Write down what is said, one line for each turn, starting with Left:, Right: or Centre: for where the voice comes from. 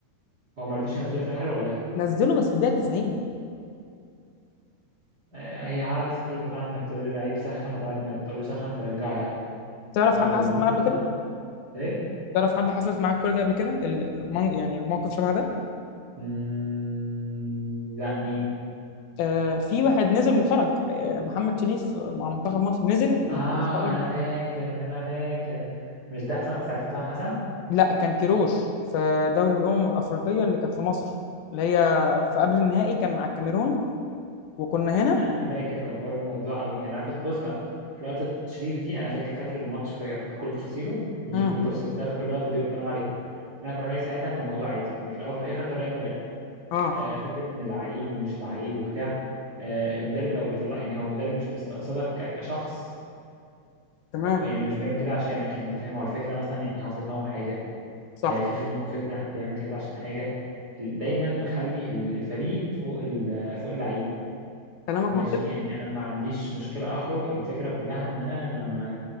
Right: هو ما رضيش ينزله في الاخر ولا ايه
Left: نزله بس في الدقيقه 90
Right: آه، هي حركه سخيفه فعلا انك تقول للعيب سخن وبعد ما تقول له سخن ترجعه يعني
Left: تعرف
Right: آه،
Left: حد
Right: وبالذات
Left: حصلت معاه
Right: إن-
Left: قبل كده
Right: ايه
Left: تعرف حد حصلت معاه الكوره دي قبل كده ال- من- يعني موقف شبه ده
Right: مم... لا مين
Left: آه، في واحد نزل وخرج آه، محمد شريف مع منتخب مصر نزل وكيروش
Right: اه
Left: خرجه
Right: انا فاكر انا فاكر مش ده حسام ساعه حسام حسن
Left: لا كان كيروش في دوري الامم الافريقيه اللي كانت في مصر اللي هي في قبل النهائي كان مع الكاميرون وكنا هنا
Right: لا انا فاكر كبروا الموضوع قوي يعني انا كنت بص بقى في لقطه شريف دي انا فاكر فاكر الماتش فاكر بكل تفاصيله مش
Left: امم
Right: بكل تفاصيله بس انا فاكر اللقطه دي والكلام عليها انا كان رايي ساعتها ان الموضوع عادي يعني في الاول وفي الاخر ده راي مدرب
Left: اه
Right: آه، فكره ان لعيب ومش لعيب وبتاع آه، المدرب لو بيطلع يعني هو مدرب مش مستقصدك ك- كشخص
Left: تمام
Right: او يعني ومش بيعمل كده عشانك يعني انت فاهم هو الفكره مثلا يعني هو في دماغه حاجه
Left: صح
Right: آه، في في دماغه فكره بيعمل كده عشان حاجه ال- دايما خلي ال- الفريق فوق ال- فوق اللعيب
Left: كلامك
Right: ماشي
Left: منطقي
Right: يعني انا ما عنديش مشكله اخرج الفكره كلها ان انا ما